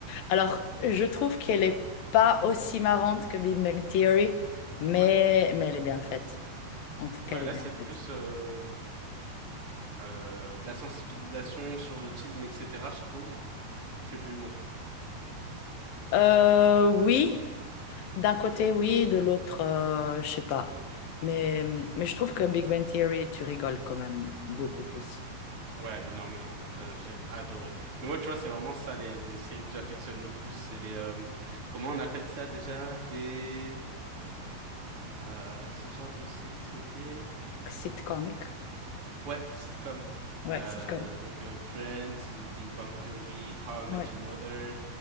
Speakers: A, on the left; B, on the right.
A: Alors, je trouve qu'elle est pas aussi marrante que Big Bang Theory, mais,
B: Ouais,
A: mais elle est bien faite. En tout cas,
B: ouais,
A: elle
B: là
A: est bien
B: c'est plus.
A: faite.
B: euh, euh, de la sensibilisation sur l'autisme, etc., je trouve, que de l'humour.
A: Euh, oui, d'un côté, oui, de l'autre, euh, je sais pas. Mais, mais je trouve que Big Bang Theory, tu rigoles quand même beaucoup plus.
B: Ouais, énormément. Je- j'ai adoré. Mais moi, tu vois, c'est vraiment ça, les, les séries que j'affectionne le plus, c'est les... euh, comment on appelle ça déjà? Des... euh, ce genre de séries, c'est des...
A: Sitcomique.
B: Ouais, sitcom.
A: Ouais,
B: Euh,
A: sitcom.
B: donc euh, Friends, euh, Big Bang Theory, How I
A: Ouais.
B: Met Your Mother,